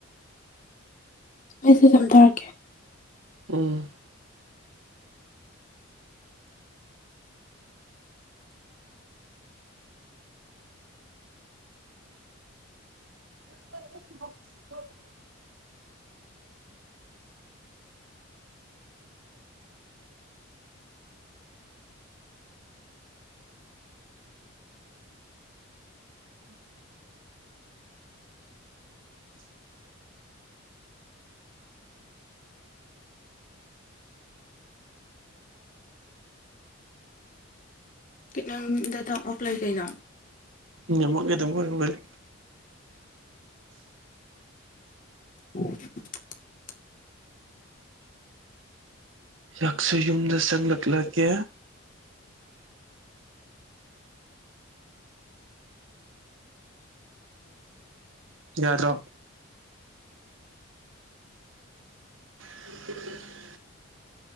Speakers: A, on the left (about 40°); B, on the right (about 70°).
A: ꯃꯦꯁꯦꯖ ꯑꯃꯝ ꯇꯔꯛꯀꯦ
B: ꯎꯝ <unintelligible> ꯎ <inaudible>
A: ꯈꯤꯇꯪ ꯗ ꯇꯥ ꯑꯣꯐ ꯂꯩ ꯀꯩꯅꯣ
B: ꯅꯃꯣꯒꯗꯝꯕꯣꯏꯕꯔꯦ
A: <unintelligible>
B: ꯍꯥꯛꯁꯨ ꯌꯨꯝꯗ ꯆꯪꯂꯛꯂꯒꯦ ꯌꯥꯔꯣ <inaudible>